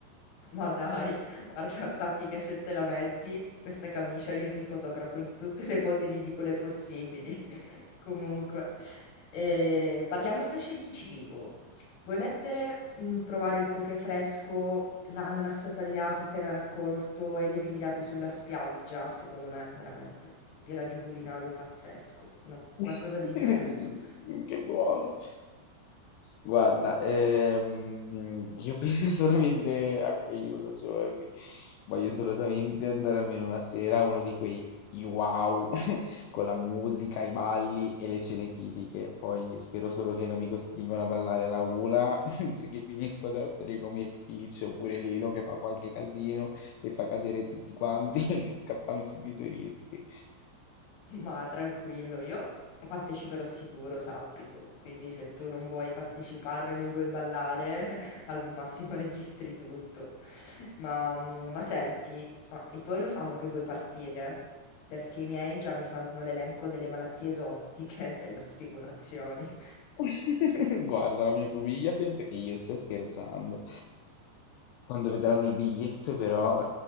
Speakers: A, on the left; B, on the left.
A: Ma dai, guarda, <laughs> sappi che se te la metti questa camicia io ti fotografo in tutte le pose ridicole possibili. <laughs> Comunque, Eh, parliamo invece di cibo. Vuoi mettere, mm, provare il poke fresco, l'ananas tagliato appena raccolto e le grigliate sulla spiaggia? Secondo me, veramente, un viaggio culinario pazzesco, una-
B: <laughs>
A: qualcosa di diverso.
B: Mm, Che buono. Guarda, ehm, io penso solamente a quello da giorni. Voglio assolutamente andare almeno una sera a uno di quei i wow <laughs> con la musica, i balli e le cene tipiche. Poi spero solo che non mi costringono a ballare alla hula <laughs> perché finisco ad essere come Stitch oppure Lilo che fa qualche casino e fa cadere tutti quanti <laughs> e scappano tutti i turisti.
A: Ma tranquillo, io parteciperò sicuro, sappilo. Quindi se tu non vuoi partecipare, non vuoi ballare, <laughs> al massimo registri tutto. Ma, mm, ma senti, ma i tuoi lo sanno che vuoi partire? Perché i miei già mi fanno l'elenco delle malattie esotiche <laughs> e delle assicurazioni.
B: <laughs> Guarda, la mia famiglia pensa che io stia scherzando. Quando vedranno il biglietto, però,